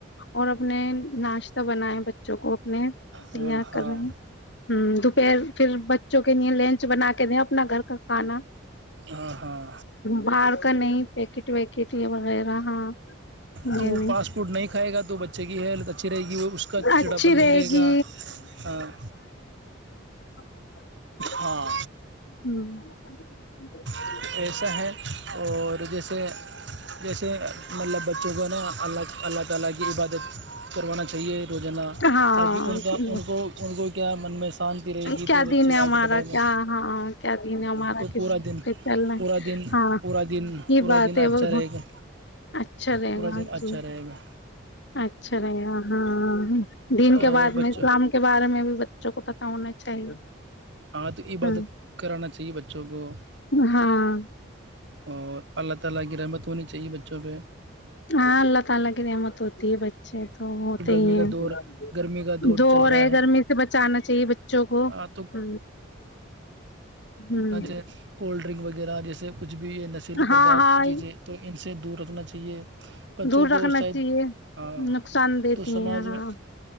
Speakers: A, on the left; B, on the right.
A: اور نے ناشتہ بنایا ب بوں کو اپنے تار
B: ہاں
A: کر رہے ہیں ہ دوپہر پھر بچوں کے لیے لنچ کچھ بنا کے دیں اپنا گھر کا کھانا
B: ہاں ہاں
A: باہر کا نہیں پیکٹ ویکٹ یا وغیرہ ہاں
B: تو
A: یہ
B: وہ
A: نہیں
B: فاسٹ فوڈ نہیں کھائے گا تو بچے کی ہیلتھ اچھی رہے گی وہ اس کا
A: اچھی
B: چڑاپن نہیں رہے
A: گی
B: گا ہاں
A: <inaudible>
B: ہاں
A: ہمم <inaudible>
B: <unintelligible> اور جیسے جیسے مطلب بچوں کو نا اللہ اللہ تال کی عبادت کروانا چاہیے روزانہ
A: ہاں
B: تاکہ ان کا ان کو ان کو کیا من میں شانتی رہے گی
A: کیا
B: تو بچے
A: دن ہے
B: آگے
A: ہمارا
B: پڑھائی میں
A: کیا ہاں کیا دن ہے ہمارا
B: تو
A: کس
B: پورا دن
A: پ چلنا
B: پورا دن
A: ہاں
B: پورا دن
A: یہ
B: پورا
A: بات
B: دن
A: ہے
B: اچھا
A: وہ
B: رہے گا
A: اچھا رہے
B: پورا
A: گا
B: دن اچھا
A: جی
B: رہے گا
A: اچھا رہے گا ہاں دین کے
B: اور
A: بعد
B: بچوں
A: میں اسلام کے بارے میں بھی ب بچوں کو پتا ہونا چاہیے
B: ہاں تو عبادت
A: ہ
B: کرانا چاہیے بچوں کو اور
A: ہاں
B: اور اللہ تعالی کی رحمت ہونی چاہیے بچوں پہ
A: ہاں اللہ تعالی کی رحمت ہوتی ہے بچوں پہ تو وہ تو
B: گرمی
A: ہی ہے
B: کا دور گرمی کا دور
A: دو
B: چل
A: رہ
B: رہا
A: ہے گرمی سے بچانا چاہیے بچوں کو
B: ہاں
A: ہ ہ
B: ان چ کولڈ ڈرنک وغیرہ جیس س کچھ بھی یہ نشیلی
A: ہاں
B: پردارت
A: ہاں
B: کی چیزیں تو ان سے دور روکنا چاہیے بچوں
A: دور
B: کو
A: رکھنا
B: شاید
A: چاہیے
B: ہاں
A: نقصان دیتی
B: تو سماج
A: ہیں ہاں
B: میں